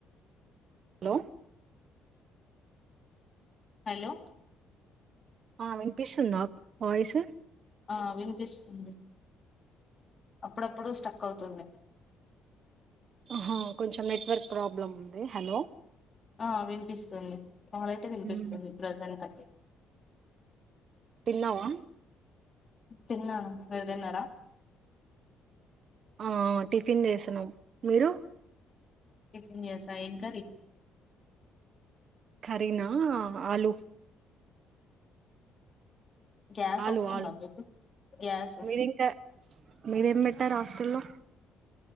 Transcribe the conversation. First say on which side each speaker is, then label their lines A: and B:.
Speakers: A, on the right; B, on the left.
A: హలో
B: హలో
A: ఆ వినిపిస్తుందా వాయిస్
B: ఆ వినిపిస్తుంది అప్పుడప్పుడు స్టక్ అవుతుంది
A: హ కొంచెం నెట్వర్క్ ప్రాబ్లమ్ ఉంది హలో
B: ఆ వినిపిస్తుంది నాదైతే వినిపిస్తుంది
A: మ్మ్
B: ప్రజెంట్
A: తిన్నావా
B: తిన్నాను మీరు తిన్నారా
A: ఆ టిఫిన్ వేసినం మీరు
B: టిఫిన్ చేసా ఏం కర్రీ
A: కరీనా ఆలు
B: గ్యాస్
A: ఆలు
B: వస్తుందా
A: ఆలు
B: మీకు గ్యాస్
A: మీరు ఇంకా మీరేం పెట్టారు హాస్టల్లో